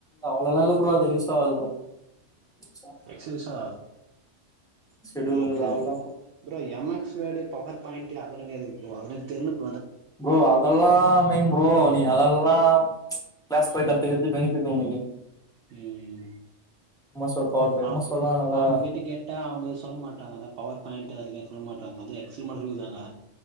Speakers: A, in the centre; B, on the right.
A: அவ்ளல்லா இல்ல ப்ரோ அது யூஸ் ஆகாது ப்ரோ ம்ச்
B: எக்ஸ்கியூஸ்சா
A: ஷெட்யூல்
B: ஓ அப்படிதா
A: அதெல்லா
B: ப்ரோ எம் எக்ஸ் வேடு பவர் பாயிண்ட் அத பண்ணி அத விட்டுரோவோ <unintelligible>
A: ப்ரோ அதெல்லா மெயின் ப்ரோ நீ அதெல்லா ம்ச் கிளாஸ் போய் கத்துருது பெனிபிட்டு உனக்கு
B: உம்
A: M S word power B I
B: ஆ
A: எம் எஸ் வேர்ட்லா நல்லா
B: அவங்க கிட்ட கேட்ட அவங்க சொல்ல மாட்டாங்க அதா பவர் பாயிண்ட் அத சொல்ல மாட்டாங்க அது எக்ஸ்ல் குடுத்தாங்க